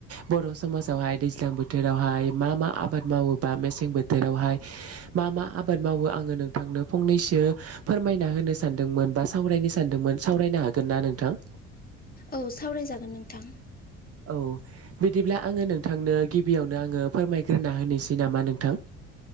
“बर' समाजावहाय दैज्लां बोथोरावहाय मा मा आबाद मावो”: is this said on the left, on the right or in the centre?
Right